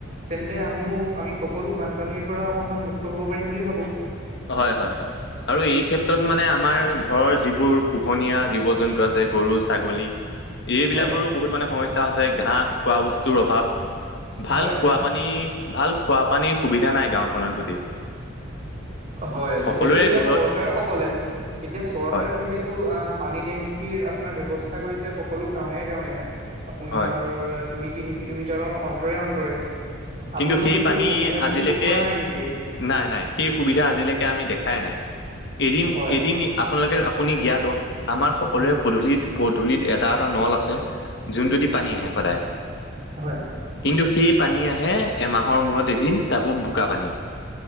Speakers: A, on the right (about 40°); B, on the left (about 60°).
A: তেন্তে আমিও, আমি সকলো বানপানীৰ পৰা অকনমান মুক্ত হ'ব পাৰিম বুলি ভাবোঁ।
B: হয় হয় হয় আৰু এই ক্ষেত্ৰত মানে আমাৰ ঘৰৰ যিবোৰ পোহনীয়া জীৱ-জন্তু আছে গৰু-ছাগলী এইবিলাকৰো
A: হয়
B: বহুত মানে সমস্যা হৈছে। ঘাঁহ খোৱা বস্তুৰ অভাৱ ভাল
A: হয়
B: খোৱা
A: হয়
B: পানী ভাল খোৱা পানীৰ সুবিধা নাই। গাঁওখনত গোটেই
A: হয়।
B: সকলোৰে
A: যিহেতু এতিয়া
B: ঘৰত
A: চৰকাৰ সকলে এতিয়া চৰকাৰে
B: হয়
A: যিহেতু অ' পানী টেংকিৰ আপোনাৰ ব্যয়ৱস্থা কৰিছে। সকলো গাঁৱে-গাঁৱে, আপোনাৰ
B: হয়
A: দুই-তিনি কিলোমিটাৰৰ অন্তৰে অন্তৰে,
B: কিন্তু
A: আপোনালোকে
B: পানী
A: সেই সুবিধা
B: আজিলৈকে
A: খিনি ভোগ কৰা নাই নেকি?
B: নাই নাই সেই সুবিধা আজিলৈকে আমি দেখাই নাই। এদিন
A: হয়
B: এদিন আপোনালোকে আপুনি জ্ঞাত। আমাৰ সকলোৰে
A: হয়
B: পদূলিত পদূলিত এটা এটা নল আছে। যোনটোদি পানী আহে সদায়।
A: হয়
B: কিন্তু সেই পানী আহে, এমাহৰ মূৰত এদিন তাকো বোকা পানী।